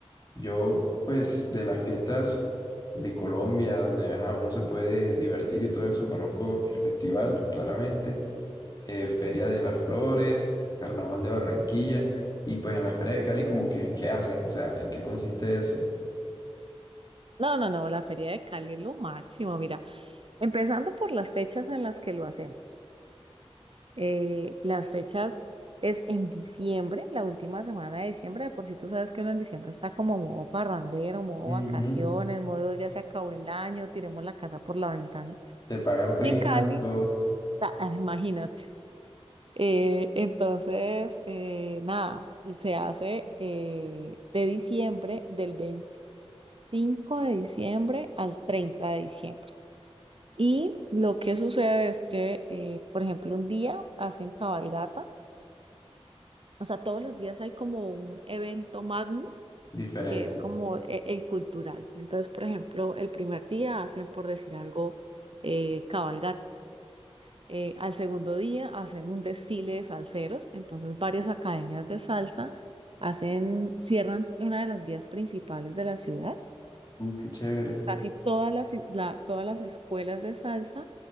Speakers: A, on the left; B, on the right.
A: yo, pues, de las fiestas de Colombia, donde, ajá, uno se puede divertir y todo eso, conozco el festival, claramente eh, Feria de las Flores, Carnaval de Barranquilla, y pues en la Feria de Cali como que, ¿qué hacen? O sea, ¿en qué consiste eso?
B: No, no, no, la feria de Cali es lo máximo, mira, empezando por las fechas en las que lo hacemos. eh, las fechas es en diciembre, la última semana de diciembre. De por si tú sabes que uno en diciembre está como modo parrandero, modo
A: Ujú.
B: vacaciones, modo ya se acabó el año, tiremos la casa por la ventana.
A: Te pagan primas,
B: Y en Cali,
A: todo
B: ta- <laughs> ah, imagínate. Eh, entonces, eh, nada, se hace eh, de diciembre, del 25 de diciembre al 30 de diciembre. Y lo que sucede es que, eh, por ejemplo, un día hacen cabalgata O sea, todos los días hay como un evento magno
A: diferente.
B: que es como e- el, cultural. Entonces, por ejemplo, el primer día hacen, por decir algo, eh, cabalgata. Eh, al segundo día hacen un desfile de salseros. Entonces, varias academias de salsa hacen, cierran una de las vías principales de la ciudad.
A: Uh, qué chévere.
B: Casi todas las, i- la- todas las escuelas de salsa